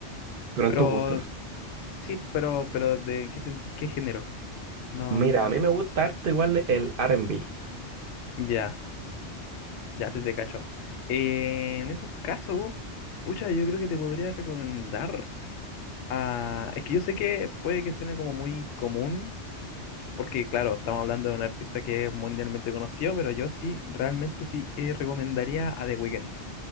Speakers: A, on the right; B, on the left.
A: pero
B: Pero,
A: en tus gustos.
B: sí, pero, pero ¿de qué, sen- qué género? No,
A: Mira,
B: no
A: a mí
B: sé.
A: me gusta harto igual el R&B.
B: Ya, ya se te cacho. Eh, en esos casos, pucha, yo creo que te podría recomendar, a es que yo sé que puede que suene como muy común Porque, claro, estamos hablando de un artista que es mundialmente conocido, pero yo sí, realmente sí eh, recomendaría a The Weeknd,